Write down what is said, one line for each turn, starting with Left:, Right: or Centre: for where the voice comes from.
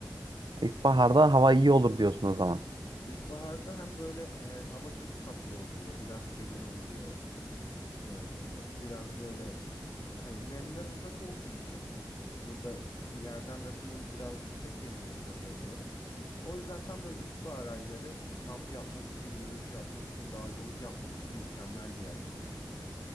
Right: İlkbaharda hava iyi olur diyorsun o zaman.
Left: İlkbaharda hem böyle e, hava çok tatlı oluyor, biraz serin oluyor. Ee, biraz böyle hani nemden uzak olduğu için burada yerden rakımı biraz yüksek benim yaşadığım yerin. O yüzden tam böyle ilkbahar ayları kamp yapmak için, yürüyüş yapmak için, dağcılık yapmak için mükemmel bir yer burası.